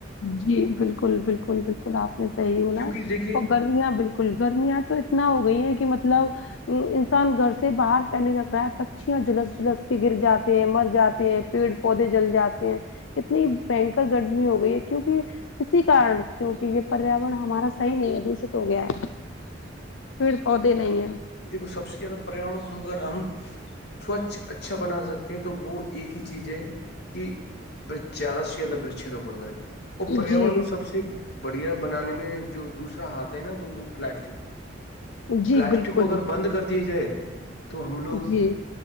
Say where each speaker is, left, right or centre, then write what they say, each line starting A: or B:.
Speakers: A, on the left (about 80°); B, on the left (about 60°).
A: جی بالکل بالکل بالکل آپ نے صحیح بولا
B: کیونکہ
A: اور
B: دیکھیے
A: گ گرمیاں بالکل گرمیاں تو اتنا ہو گئی ہیں کہ مطلب انسان گھر سے باہر پنے لگ رہا ہے پکھیاں جھلس جھلس کے گر جاتے ہیں مر جاتے پیڑ پودے جل جاتے ہیں اتنی بنکر گرمی ہو گئی ہے کیونک اسی کارن کیوںکہ یہ پریاورن ہمارا صحیح نہیں ہے دوشت ہو گیا ہے پھر پودے نہیں ہے
B: دیکو سب سے زیادہ پریاور کو اگر ہم سوچھ اچ اچھا بنا سکتے ہیں تو وہ ایک ہی چیز ہے کہ برچھ زیادہ سے زیادہ برچ روپڑ کرے اور پیاورن
A: جی
B: کو سب سے بڑھیا بنانے میں جو دوسرا ہاتھ ہے نا تو وہ پلاس
A: جی
B: پلاسٹک
A: بالکل
B: کو اگر بند کر دیے جائے تو ہم لوگ
A: جی